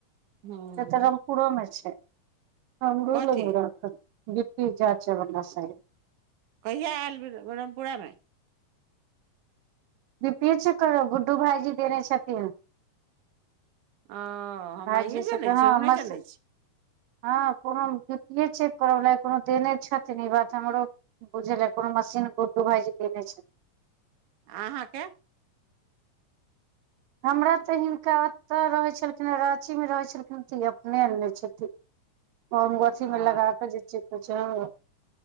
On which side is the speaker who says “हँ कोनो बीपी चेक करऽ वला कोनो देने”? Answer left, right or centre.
Right